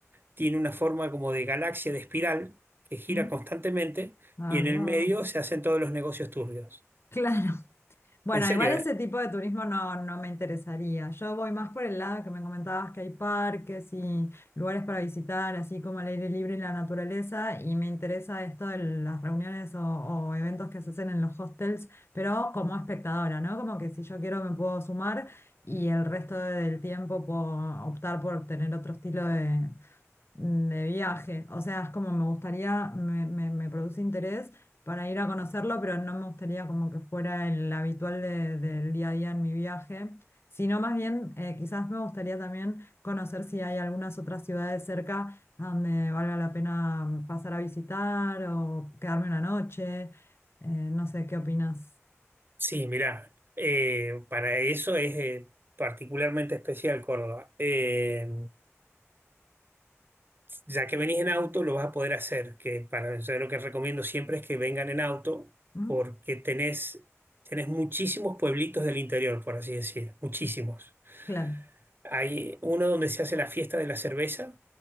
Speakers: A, on the right; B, on the left.
A: tiene una forma como de galaxia, de espiral, que gira
B: Mm.
A: constantemente
B: Ah,
A: y
B: mira
A: en el medio
B: vos.
A: se hacen todos los negocios turbios.
B: Claro. Bueno,
A: En serio,
B: igual ese
A: ¿eh?
B: tipo de turismo no, no me interesaría. Yo voy más por el lado que me comentabas que hay parques y lugares para visitar, así como el aire libre y la naturaleza, y me interesa esto de las reuniones o, o eventos que se hacen en los hostels, pero como espectadora, ¿no? Como que si yo quiero me puedo sumar y el resto del tiempo puedo optar por tener otro estilo de de viaje. O sea, es como me gustaría, me, me- me produce interés para ir a conocerlo, pero no me gustaría como que fuera el habitual de- del día a día en mi viaje, sino más bien eh, quizás me gustaría también conocer si hay algunas otras ciudades cerca a donde valga la pena pasar a visitar o quedarme una noche. Eh, no sé, ¿qué opinas?
A: Sí, mirá, eh, para eso es eh, particularmente especial Córdoba. Eh, Ya que venís en auto, lo vas a poder hacer, que para eso lo que recomiendo siempre es que vengan en auto,
B: ¿Mm?
A: porque tenés, tenés muchísimos pueblitos del interior, por así decir, muchísimos.
B: Claro.
A: Hay uno donde se hace la fiesta de la cerveza